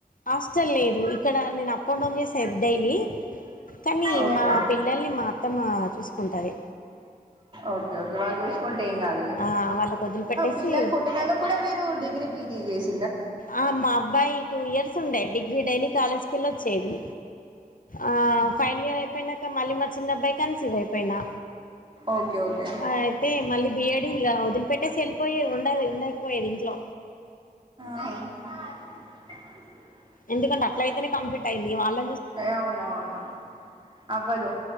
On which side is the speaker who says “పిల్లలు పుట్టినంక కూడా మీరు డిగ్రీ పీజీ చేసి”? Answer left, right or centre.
Right